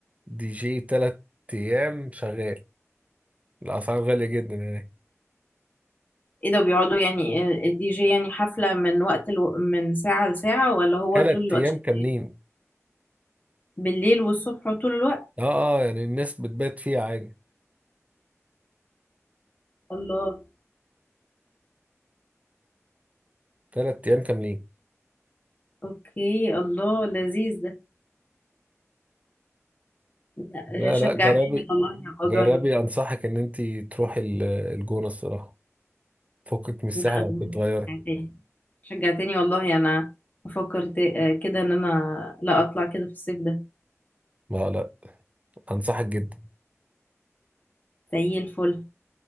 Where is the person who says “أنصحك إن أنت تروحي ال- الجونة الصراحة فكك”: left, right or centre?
Right